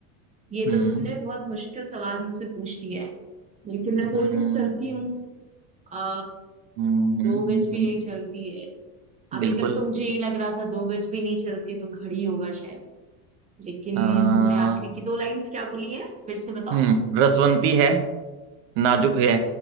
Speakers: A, on the right; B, on the right.
A: ये
B: हम्म
A: तो तुमने बहुत मुश्किल सवाल मुझसे पूछ लिया है लेकिन मैं
B: हम्म
A: कोशिश करती हूँ आ
B: हम्म हम्म
A: दो गज
B: हम्म,
A: भी
B: हम्म,
A: नहीं चलती है अभी
B: बिल्कुल
A: तक तो मुझे यही लग रहा था दो गज भी नहीं चलती तो घड़ी होगा शायद लेकिन
B: आ,
A: तुमने आखिरी की दो लाइंस क्या बोली है फिर से बताओ
B: हम्म रसवंती है नाजुक है